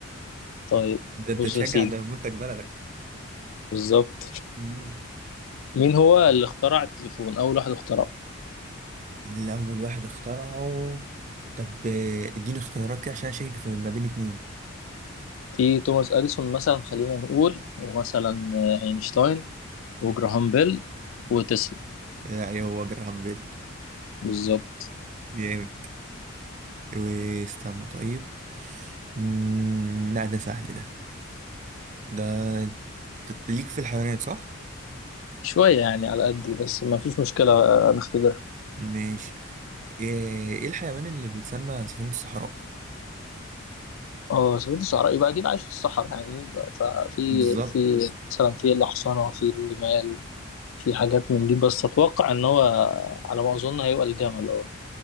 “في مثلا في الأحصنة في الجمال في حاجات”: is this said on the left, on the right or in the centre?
Left